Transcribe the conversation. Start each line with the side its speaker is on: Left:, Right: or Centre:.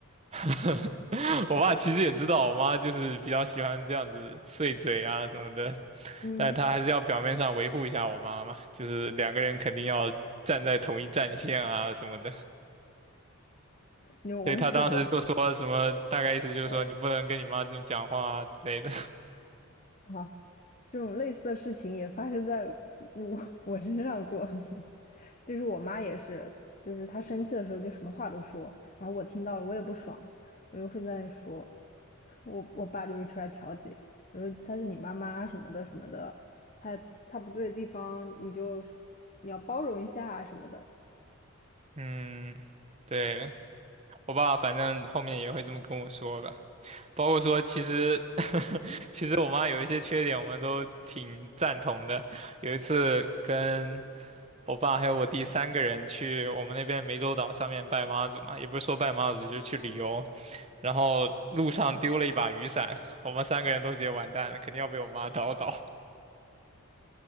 Right: <laughs> 我爸其实也知道我妈就是比较喜欢这样子碎嘴啊什么的，
Left: 嗯，
Right: 但是他还是要表面上维护一下我妈嘛，就是两个人肯定要站在同一战线啊什么的，
Left: 你我跟你说这样，
Right: 所以他当时就说什么，大概意思就是说你不能跟你妈这么讲话啊之类的。
Left: 嗯
Right: <laughs>
Left: 好。这种类似的事情也发生在我 <laughs> 我身上过，<laughs> 就是我妈也是，就是她生气的时候就什么话都说，然后我听到了我也不爽，我就会在那说，<laughs> 我我爸就会出来调解，我说她是你妈妈什么的什么的，她她不对的地方你就你要包容一下啊什么的。
Right: 嗯，对，我爸反正后面也会这么跟我说吧。包括说，其实 <laughs> 其实我妈有一些缺点，我们都挺赞同的。有一次跟我爸还有我弟三个人去我们那边湄洲岛上面拜妈祖嘛，也不是说拜妈祖，就是去旅游。然后路上丢了一把雨伞，我们三个人都觉得完蛋了，肯定要被我妈叨叨。